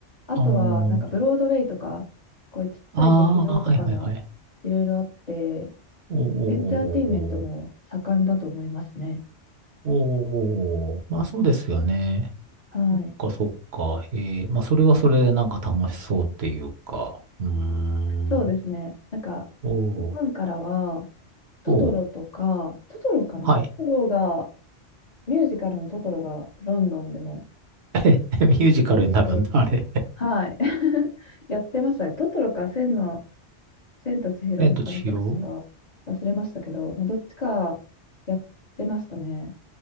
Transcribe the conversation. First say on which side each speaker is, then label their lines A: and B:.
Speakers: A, on the left; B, on the right.
A: あとは、
B: おー。
A: なんかブロードウェイとか、こういうちっちゃい劇場とかもいろいろあって、
B: ああ、はいはいはい。おーおーおー
A: エンターテインメントも盛んだと思いますね。
B: おー、まあそうですよね。
A: はい。
B: そっか、そっか。へえ、まあそれはそれでなんか楽しそうっていうか。うーん。
A: そうですね。なんか
B: おー、
A: ファンからは、トトロとか、
B: おー、
A: トトロかなトトロが、
B: はい。
A: ミュージカルのトトロがロンドンでも、
B: <laughs> ミュージカルになるんだ、
A: で、
B: あれ。
A: はい、<laughs> やってましたね。トトロか、千の、千と千尋の神隠しか忘れましたけど、
B: 千と千尋
A: まあ、どっちかやってましたね。